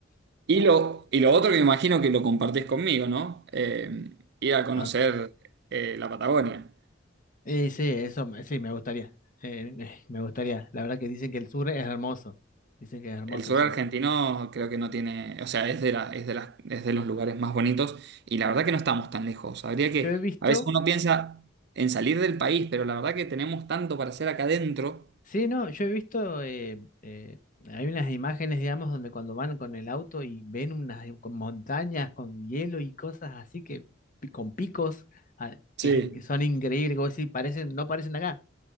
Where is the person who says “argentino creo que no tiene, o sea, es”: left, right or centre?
Right